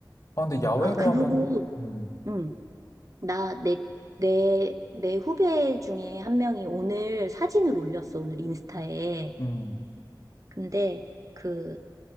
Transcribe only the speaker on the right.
아, 그리고,
응, 나, 내, 내, 내 후배 중에 한 명이 오늘 사진을 올렸어, 오늘 인스타에.
근데 그,